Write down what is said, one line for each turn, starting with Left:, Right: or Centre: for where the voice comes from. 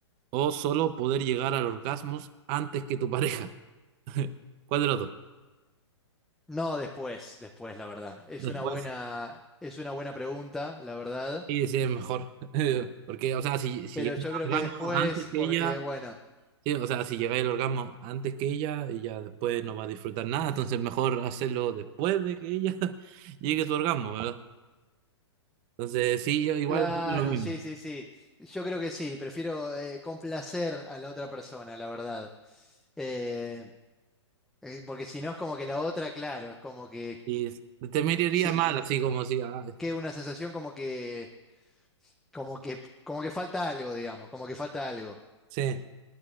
Right: O solo poder llegar al orgasmo antes que tu pareja. ¿Cuál de los dos?
Centre: No, después, después, la verdad. Es
Right: Después.
Centre: una buena, es una buena pregunta, la verdad.
Right: Y sí, es mejor. <laughs> Porque, o sea, si, si
Centre: Pero
Right: llegáis
Centre: yo creo
Right: al
Centre: que
Right: orgasmo
Centre: después,
Right: antes que
Centre: porque
Right: ella,
Centre: bueno.
Right: sí, o sea, si llegáis al orgasmo antes que ella, ella después no va a disfrutar nada. Entonces, mejor hacerlo después de que ella <laughs> llegue a su orgasmo, ¿verdad? Entonces, sí, yo igual
Centre: Claro,
Right: opino lo mismo.
Centre: sí, sí, sí. Yo creo que sí. Prefiero eh, complacer a la otra persona, la verdad. Eh, eh, porque si no es como que la otra, claro, es como que
Right: Y te miraría
Centre: sí,
Right: mal,
Centre: que
Right: así como si, ah,
Centre: que una sensación como que, como que, como que falta algo, digamos, como que falta algo.
Right: sí,